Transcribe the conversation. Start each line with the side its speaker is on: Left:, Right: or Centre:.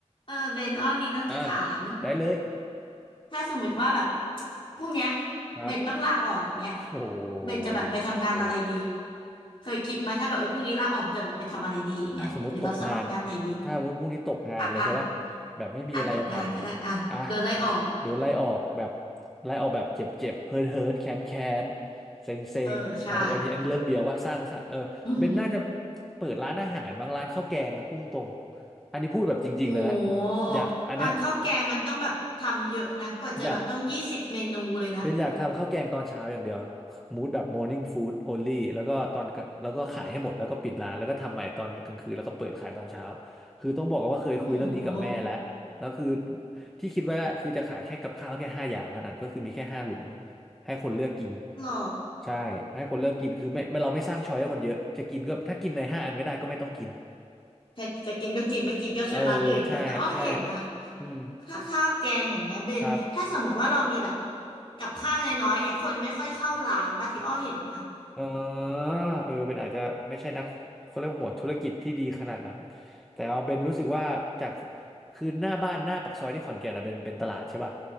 Left: เออเบนอ้อมีเรื่องจะถาม
Centre: อ่าได้เลย
Left: ถ้าสมมติว่าแบบพรุ่งเนี้ย
Centre: ครับ
Left: เบนต้องลาออกเนี้ย
Centre: โอ้โห
Left: เบนจะแบบไปทำงานอะไรดีเคยคิดมาถ้าแบบเออพรุ่งนี้ลาออกจะแบบไปทำอะไรดีอย่างเงี้ยหรือแบบสมัครงานไหนดี
Centre: ถ้าสมมติตกงานถ้าสมมติพรุ่งนี้ตกงานเลยใช่ป่ะ
Left: อ่ะอ่ะ
Centre: แบบไม่มีอะไรจะทำอ่ะ
Left: อ่ะตกงานก็ได้อ่ะโดนไล่ออก
Centre: โดนไล่ออกแบบไล่ออกแบบเจ็บเจ็บเฮิร์ทเฮิร์ทแค้นแค้นเซ็งเซ็งอ่ะวันนี้อันนี้เริ่มเบียวป่ะสร้างสร้างเออเบนน่าจะ
Left: เออใช่ <laughs> อือหือ
Centre: เปิดร้านอาหารบางร้านข้าวแกงอะพุ่งตรงอันนี้พูดแบบจริงๆเลยนะ
Left: โห
Centre: อยากอันเนี้ย
Left: ร้านข้าวแกงมันต้องแบบทำเยอะนะกว่าจะแบบต้องยี่สิบเมนูเลยนะ
Centre: อยาก เป็นอยากทำข้าวแกงตอนเช้าอย่างเดียวมูดแบบ morning food only แล้วก็ตอนแล้วก็ขายให้หมดแล้วก็ปิดร้านแล้วก็ทำใหม่ตอนกลางคืนแล้วก็เปิดขายตอนเช้าคือต้องบอกกันว่าเคยคุยเรื่องนี้กับแม่แล้วแล้วคือ
Left: โห
Centre: ที่คิดว่าคือจะขายแค่กับข้าวแค่ห้าอย่างเท่านั้นก็คือมีแค่ห้าหลุมให้คนเลือกกิน
Left: หรอ
Centre: ใช่ให้คนเลือกกินคือไม่ไม่เราไม่สร้างช้อยให้คนเยอะจะกินก็ถ้ากินในห้าอันไม่ได้ก็ไม่ต้องกิน
Left: ถ้่จะกินก็กินไม่กินก็เชวนร้านอื่นเงี้ยแต่อ้อเห็นนะ
Centre: เออใช่ใช่อืม
Left: ค่าข้าวแกงอย่างเงี้ยเบนถ้าสมมติว่าเรามีแบบ
Centre: ครับ
Left: กับข้าวน้อยๆอย่างคนไม่ค่อยเข้าร้านบ้างที่อ้อเห็นนะ
Centre: เออเออเป็นอาจจะไม่ใช่นักเขาเรียกว่าหัวธุรกิจที่ดีขนาดนั้นแต่เอาเป็นรู้สึกว่าจากคือหน้าบ้านหน้าปากซอยที่ขอนแก่นอะเป็นเป็นตลาดใช่ป่ะ